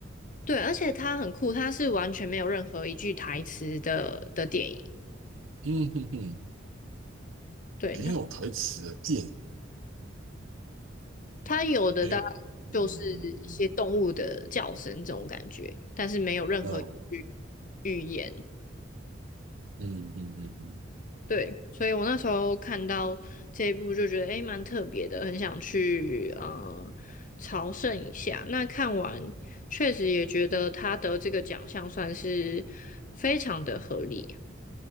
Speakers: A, on the left; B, on the right.
A: 对，而且它很酷，它是完全没有任何一句台词的的电影。
B: 嗯哼哼，
A: 对，
B: 没有台词的电影，
A: 它它有的大概就是一些动物的叫声这种感觉，
B: 没有。嗯嗯嗯，
A: 但是没有任何语
B: 嗯哦，
A: 语言。
B: 嗯嗯嗯嗯
A: 对，所以我那时候看到这一部就觉得诶蛮特别的，很想去呃朝圣一下。那看完确实也觉得他得这个奖项算是非常的合理